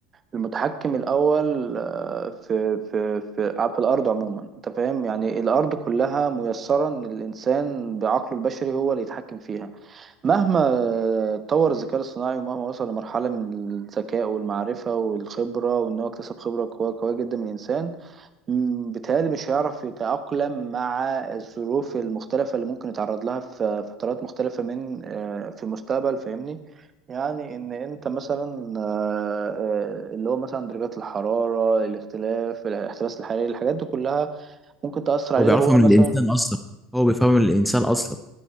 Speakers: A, on the right; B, in the centre.
A: المتحكم الاول آه، في في في في الارض عموما انت فاهم يعني الارض كلها ميسره ان الانسان بعقله البشري هو اللي يتحكم فيها مهما آه، اتطور الذكاء الاصطناعي ومهما وصل لمرحله من الذكاء والمعرفه والخبره وان هو اكتسب خبره قويه قويه جدا من الانسان مم، بيتهيألي مش هيعرف يتأقلم مع الظروف المختلفة اللي ممكن يتعرض لها في فترات مختلفة من آه، في المستقبل فاهمني يعني إن أنت مثلا آه، آه، اللي هو مثلا درجات الحرارة الاختلاف الاحتباس الحراري الحاجات دي كلها ممكن تأثر عليه
B: هو بيعرفها
A: لو هو
B: من
A: مثلا
B: الإنسان أصلا هو بيفهمها من الإنسان أصلا